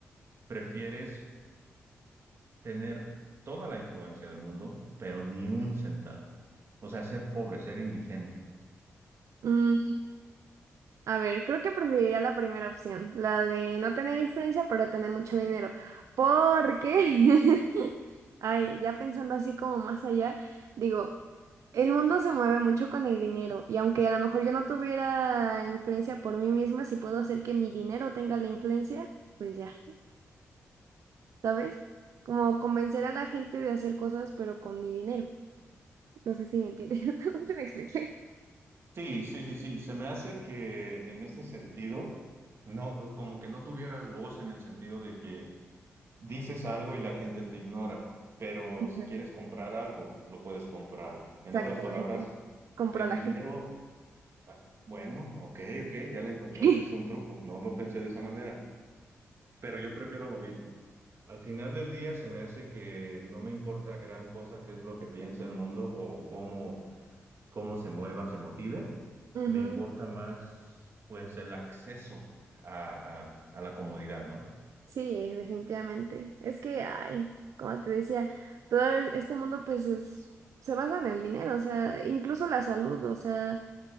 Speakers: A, on the right; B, on the right.
A: prefieres tener toda la influencia del mundo, pero ni un centavo. O sea, ser pobre, ser indigente.
B: Mm, A ver, creo que preferiría la primera opción, la de no tener influencia, pero tener mucho dinero. Porque, <laughs> ay, ya pensando así como más allá, digo, el mundo se mueve mucho con el dinero y aunque a lo mejor yo no tuviera influencia por mí misma, si puedo hacer que mi dinero tenga la influencia, pues ya, ¿sabes? Como convencer a la gente de hacer cosas, pero con mi dinero. No sé si me entiendes. <laughs> No sé si me expliqué.
A: Sí, sí, sí, sí. Se me hace que en este sentido, no, como que no tuvieras voz en el sentido de que Dices algo y la gente te ignora, pero
B: Ujú.
A: si quieres comprar algo, lo puedes comprar. En
B: Exactamente.
A: otras palabras,
B: Compró
A: el
B: la
A: dinero,
B: gente.
A: ah, bueno, ok, ok, ya la encontraste,
B: <laughs>
A: es un truco, no lo pensé de esa manera, pero yo prefiero lo mismo. Al final del día se me hace que no me importa gran cosa qué es lo que piensa el mundo o cómo, cómo se mueva, se motive.
B: Ujú.
A: Me importa más, pues, el acceso a, a a la comodidad, ¿no?
B: Sí, definitivamente. Es que, ay, como te decía, todo el- este mundo pues es, se basa en el dinero, o sea, incluso la salud, o sea,